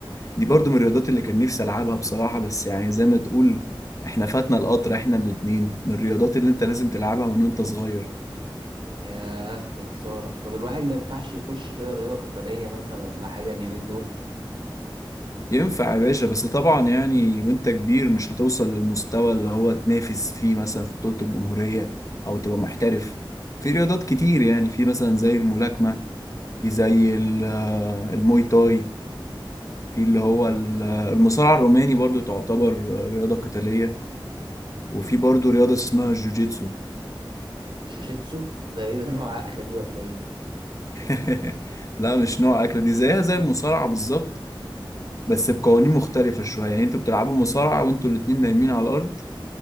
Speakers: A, on the left; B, on the right.
A: دي برضو من الرياضات اللي كان نفسي العبها بصراحة بس يعني زي ما تقول احنا فاتنا القطر احنا الاتنين من الرياضات اللي انت لازم تلعبها من وانت صغير
B: ياه يا خساره طب الواحد ما ينفعش يخش كده رياضه قتاليه مثلا ولا حاجه اليومين دول
A: ينفع يا باشا بس طبعا يعني وانت كبير مش هتوصل للمستوى اللي هو تنافس فيه مثلا في بطولة الجمهورية او تبقى محترف في رياضات كتير يعني في مثلا زي الملاكمة في زي ال- آه، الموي تاي في اللي هو ال- آه، المصارعة الروماني برضو تعتبر رياضة قتالية وفي برضو رياضة اسمها الجوجيتسو
B: جوجيتسو ده ايه ده نوع اكله دي ولا ايه
A: <laughs> لا مش نوع أكلة دي زيها زي المصارعة بالظبط بس بقوانين مختلفة شوية يعني انتوا بتلعبوا مصارعة وانتوا الاتنين نايمين على الأرض